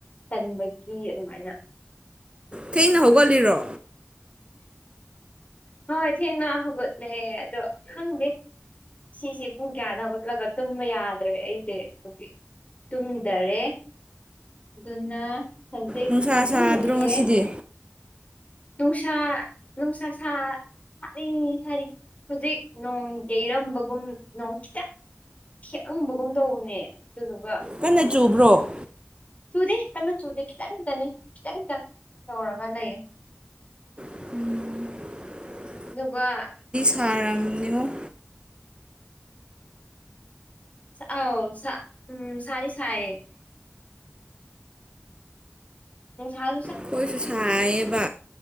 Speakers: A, on the left; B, on the right.
A: ꯆꯟꯕꯒꯤ ꯑꯗꯒꯤ ꯑꯗꯨꯃꯥꯏꯅ
B: ꯊꯅ ꯍꯧꯒꯠꯂꯤꯔꯣ
A: ꯍꯣꯏ ꯊꯦꯡꯅ ꯍꯧꯒꯣꯠꯅꯦ ꯑꯗꯣ ꯈꯪꯗꯦ ꯁꯤꯁꯦ ꯄꯨꯡ ꯀꯌꯥꯗ ꯎꯠꯂꯒ ꯇꯨꯝꯕ ꯌꯥꯗ꯭ꯔꯦ ꯑꯩꯁꯦ ꯍꯧꯖꯤꯛ ꯇꯨꯝꯗꯔꯦ ꯑꯗꯨꯅ ꯑꯗꯨꯗ
B: ꯅꯨꯡꯁꯥ
A: ꯈꯨ ꯑꯗꯨꯝ
B: ꯁꯥꯗ꯭ꯔꯣ
A: ꯅꯌꯦꯦ
B: ꯉꯁꯤꯗꯤ
A: ꯅꯨꯡꯁꯥ ꯅꯨꯡꯁꯥ ꯁꯥ ꯍꯥꯏ ꯁꯥꯗꯤ ꯍꯧꯖꯤꯛ ꯅꯣꯡꯒꯤ ꯏꯔꯝꯕꯒꯨꯝ ꯅꯣꯡ ꯈꯤꯇꯪ ꯁ ꯑꯪꯕꯒꯨꯝ ꯇꯧꯕꯅꯦ ꯑꯗꯨꯗꯨꯒ
B: ꯀꯟꯅ ꯆꯨꯕ꯭ꯔꯣ
A: ꯆꯨꯗꯦ ꯀꯟꯅ ꯆꯨꯗꯦ ꯈꯤꯇꯪ ꯈꯤꯛꯇꯅꯤ ꯈꯤꯇꯪꯇ ꯇꯧꯔꯒ ꯂꯩꯌꯦ
B: ꯎꯝ
A: ꯑꯗꯨꯒꯗꯨꯕ
B: ꯊꯥꯔꯝꯅꯤꯉꯨ
A: ꯑꯥꯎ ꯎꯝ ꯁꯔꯤ ꯁꯑ ꯆ
B: ꯑꯩꯈꯣꯏꯁꯨ ꯁꯥꯏꯑꯕ